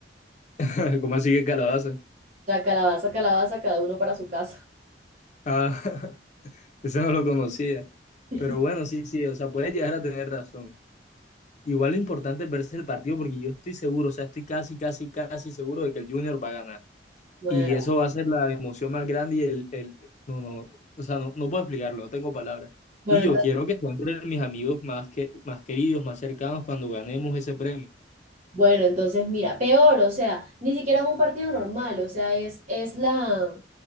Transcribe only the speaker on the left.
<laughs> ¿Cómo así que calabaza?
Ah, <laughs> eso no lo conocía.
Pero bueno, sí, sí, o sea, puedes llegar a tener razón. Igual lo importante es verse el partido porque yo estoy seguro, o sea, estoy casi, casi, casi seguro de que el Junior va a ganar.
Y eso va a ser la emoción más grande y el, el no, no, o sea, no, no puedo explicarlo, no tengo palabras.
Y yo
quiero que sean entre mis amigos más, que, más queridos, más cercanos cuando ganemos ese premio.